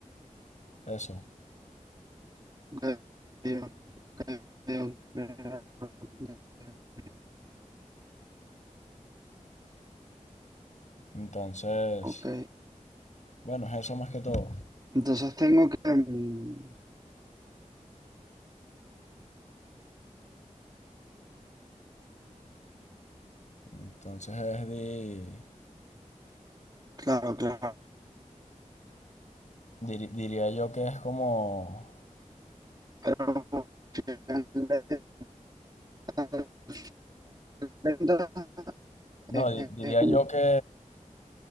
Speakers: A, on the left; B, on the right.
A: eso.
B: Ok, ok, ok, ok.
A: Entonces,
B: Ok.
A: bueno, es eso más que todo.
B: Entonces tengo que... mm,
A: Entonces es di-
B: Claro, claro.
A: diri- diría yo que es como,
B: Pero al final de- al final de
A: no,
B: eh,
A: di- diría
B: eh,
A: yo que,